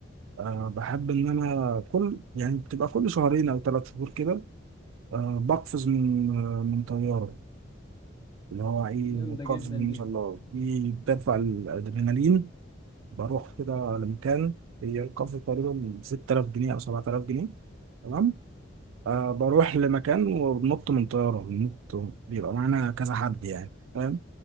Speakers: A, on the right; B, on the left.
A: أه بحب ان انا كل يعني بتبقى كل شهرين او ثلاث شهور كده أه بقفز من من طيارة اللي هو ايه
B: جامدة
A: القفز
B: جدا
A: بالمظلات
B: دي
A: دي بترفع الادرينالين بروح كده لمكان هي القفز تقريبا 6000 جنيه او 7000 جنيه تمام آه بروح لمكان وبنط من طياره بننط بيبقى معانا كذا حد يعني فاهم